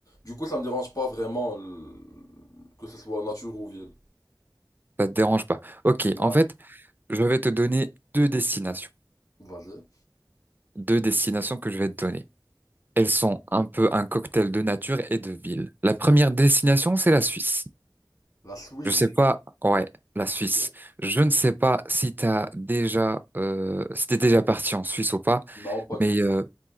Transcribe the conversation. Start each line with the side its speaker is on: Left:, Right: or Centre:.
Left: Du coup, ça me dérange pas vraiment le- que ce soit nature ou ville.
Right: Ça te dérange pas. Ok,
Left: Ouais.
Right: en fait, je vais te donner deux destinations.
Left: Vas-y.
Right: Deux destinations que je vais te donner. Elles sont un peu un cocktail de nature et de ville. La première destination, c'est la Suisse.
Left: La Suisse,
Right: Je sais pas, ouais, la Suisse.
Left: ok.
Right: Je ne sais pas si t'as déjà, euh, si t'es déjà parti en Suisse ou pas,
Left: Non, pas du
Right: mais
Left: tout.
Right: euh,